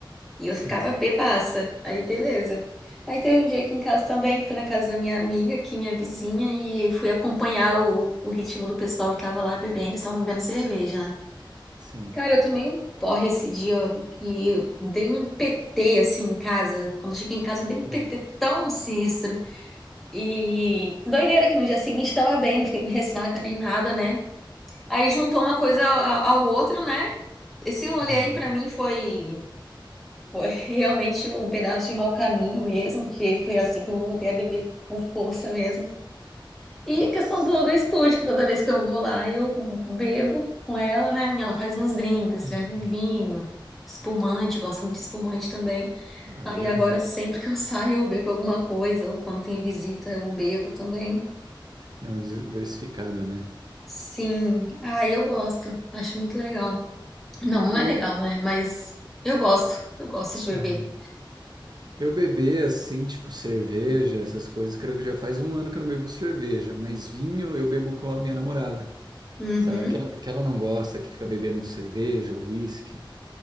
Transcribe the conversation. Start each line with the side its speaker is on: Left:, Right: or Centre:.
Centre: E eu
Right: Sim,
Centre: ficava bebaça. Aí, beleza. Aí teve um dia aqui em casa também, que fui na casa da minha amiga, aqui, minha vizinha, e fui acompanhar o, o ritmo do pessoal que tava lá bebendo, e estavam bebendo cerveja, né?
Right: sim.
Centre: Cara, eu tomei um porre esse dia que eu dei um PT assim em casa. Quando eu cheguei em casa, eu dei um PT
Right: Hum.
Centre: tão sinistro. E doideira que no dia seguinte tava bem, não fiquei com ressaca nem nada, né? Aí juntou uma coisa ao, ao outro, né? Esse rolê
Right: Aham.
Centre: aí pra mim foi, foi <laughs> realmente um pedaço de mau caminho mesmo, porque foi assim que eu voltei a beber com força mesmo. E
Right: Nossa.
Centre: a questão do, do estúdio, que toda vez que eu vou lá, eu bebo com ela, né? E ela faz uns drinks,
Right: Uhum.
Centre: serve vinho, espumante, gosto muito de espumante também.
Right: Ah,
Centre: Aí
Right: legal.
Centre: agora, sempre que eu <laughs> saio, eu bebo alguma coisa, ou quando tem visita, eu bebo também.
Right: É um diversificado, né?
Centre: Sim, aí eu gosto, acho muito legal. Não,
Right: Eu,
Centre: não é legal, né? Mas eu gosto, eu gosto de beber.
Right: hum, eu beber assim, tipo cerveja, essas coisas, creio que já faz um ano que eu não bebo cerveja, mas vinho eu bebo com a minha namorada.
Centre: Uhum.
Right: Sabe? Que ela, que ela não gosta, que fica bebendo cerveja, uísque,